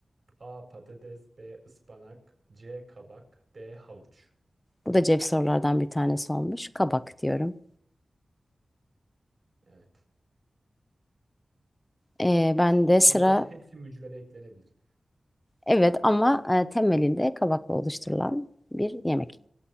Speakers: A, on the right; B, on the left.
A: A. Patates B. Ispanak, C. Kabak D. Havuç.
B: Bu da cep sorulardan bir tanesi olmuş. Kabak diyorum.
A: Evet.
B: Ee, ben de sıra
A: Bunların hepsi mücvere eklenebilir.
B: evet ama e, temelinde kabakla oluşturulan bir yemek.